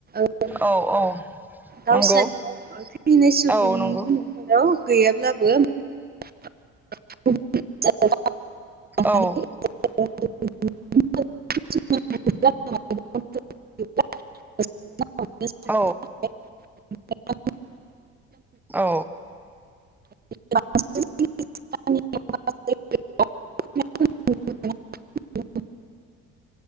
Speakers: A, on the right; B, in the centre.
A: ओ
B: औ औ
A: गावसानियाव
B: नंगौ
A: थैनाय सुबुंनि
B: औ नंगौ
A: न'खराव गैयाब्लाबो <unintelligible> माने
B: औ
A: <unintelligible> <unintelligible>
B: औ औ
A: <unintelligible> <unintelligible>